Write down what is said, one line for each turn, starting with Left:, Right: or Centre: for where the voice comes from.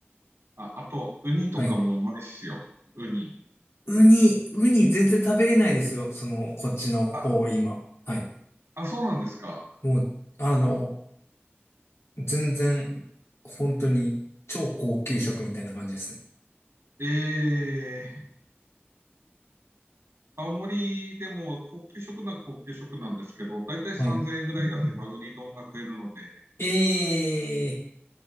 Right: あ、あと、ウニとかもうまいっすよ。
Left: はい。
Right: ウニ。
Left: ウニ、ウニ全然食べれないですよ。その、こっちの方、
Right: あ、
Left: 今。はい。
Right: あ、そうなんですか。
Left: もう、あの、全然、本当に、超高級食みたいな感じですね。
Right: ええ、青森でも高級食なら高級食なんですけど、だいたい3000円ぐらい出せばウニ丼が食えるので、
Left: はい。ええ、